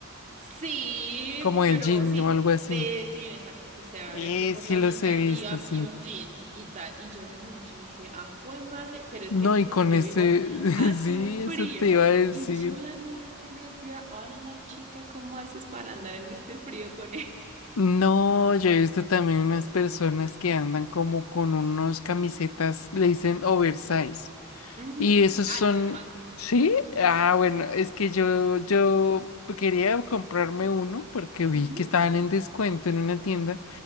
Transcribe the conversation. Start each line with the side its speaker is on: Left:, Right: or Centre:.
Right: Sí,
Left: como
Right: pero
Left: de jean
Right: sí,
Left: o algo así.
Right: de jean, exacto, que se abre
Left: Eh,
Right: aquí por
Left: sí
Right: la
Left: los
Right: mitad
Left: he visto,
Right: y, up-
Left: sí.
Right: y un jean y tal. Y yo la miré, yo dije, ah, jue madre, pero es
Left: No,
Right: que aquí
Left: y
Right: donde
Left: con
Right: yo
Left: ese,
Right: vivo hace
Left: <laughs> sí,
Right: un frío.
Left: eso te iba a decir.
Right: Y yo la miraba, yo le decía, hola chica, ¿cómo haces para andar en este frío con él?
Left: No, yo he visto también unas personas que andan como con unos camisetas, le dicen oversize.
Right: Ujú.
Left: Y esos
Right: Ah,
Left: son,
Right: yo soy fan.
Left: ¿sí? Ah, bueno,
Right: Sí.
Left: es que yo, yo quería comprarme uno porque vi
Right: Ujú,
Left: que estaban en descuento en una tienda.